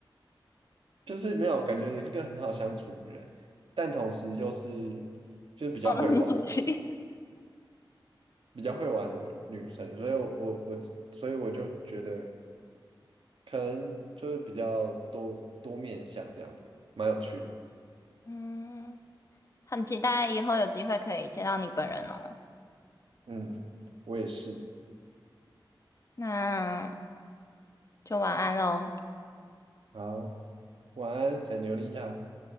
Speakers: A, on the right (about 85°); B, on the left (about 40°).
A: 就是没有感觉你是个很好相处的人，但同时又是就是比较会玩。
B: 放荡不羁。
A: 比较会玩的女生，所以我我我，所以我就觉得可能就是比较多多面向这样子，蛮有趣的。
B: 嗯，很期待以后有机会可以见到你本人哦。
A: 嗯，我也是。
B: 那就晚安喽，
A: 好，晚安，塞牛丽塔。